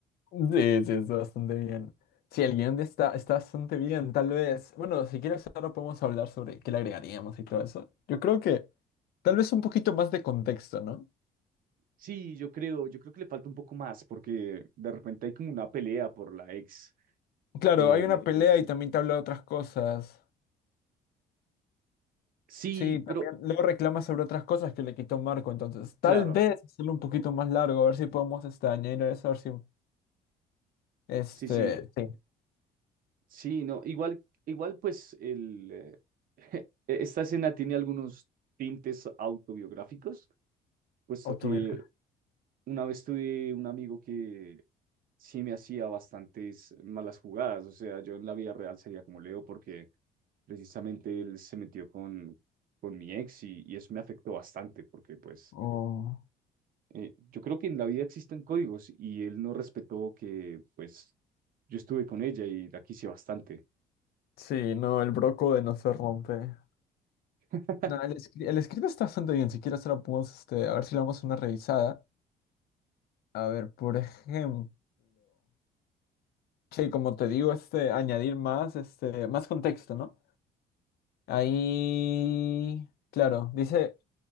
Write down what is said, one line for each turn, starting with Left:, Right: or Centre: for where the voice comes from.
Left: Sí, sí, está bastante bien. Sí, el guión de está, está bastante bien, tal vez. Bueno, si quieres ahora podemos hablar sobre qué le agregaríamos y todo eso. Yo creo que tal vez un poquito más de contexto, ¿no?
Right: Sí, yo creo, yo creo que le falta un poco más porque de repente hay como una pelea por la ex.
Left: Claro,
Right: Eh,
Left: hay una pelea y también te habla de otras cosas.
Right: sí,
Left: Sí, también
Right: pero
Left: luego reclama sobre otras cosas que le quitó Marco, entonces tal
Right: claro,
Left: vez hacerlo un poquito más largo, a ver si podemos este, añadir eso, a ver si este,
Right: sí, sí,
Left: sí,
Right: sí, no, igual, igual pues el, eh, <laughs> esta escena tiene algunos tintes autobiográficos, puesto
Left: o
Right: que
Left: tuvieron,
Right: una vez tuve un amigo que sí me hacía bastantes malas jugadas. O sea, yo en la vida real sería como Leo porque precisamente él se metió con, con mi ex y, y eso me afectó bastante porque pues
Left: o...
Right: eh, yo creo que en la vida existen códigos y él no respetó que pues yo estuve con ella y la quise bastante.
Left: Sí, no, el broco de no se rompe.
Right: <laughs>
Left: No, el, escri- el script está bastante bien, si quieres ahora podemos, este, a ver si le damos una revisada. A ver, por ejemplo, che, como te digo, este, añadir más, este, más contexto, ¿no? Ahí, claro, dice